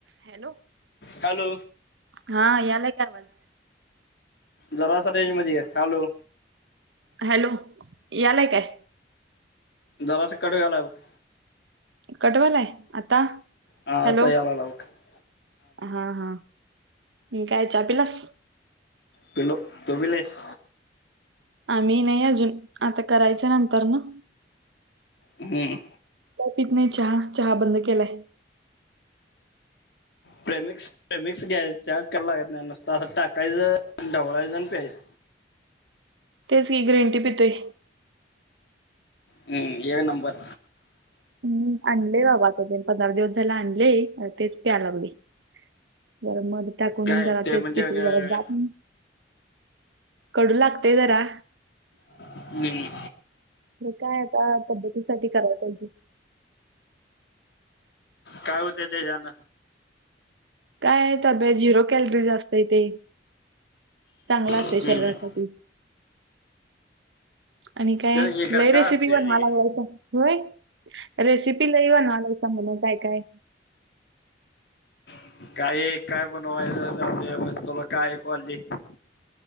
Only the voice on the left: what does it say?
hello
जरासा रेंज मध्ये ये,,, हॅलो.
जरासं कट व्हालाय बग
हा
आता यायला लागला बघ
पिलो,, तु पिलेस
हम्म
प्रेमिक्स, प्रेमिक्स घ्यायच्या चा करायला लागत नाही, नुसता असं टाकायचं, ढवळायचं आणि प्यायचं.
हम्म एक नंबर.
काय
ते
म्हणजे
अं,
हम्म,
काय होत तेजान?
हम्म
तर हे कर
काय असते
ते?
<unintelligible>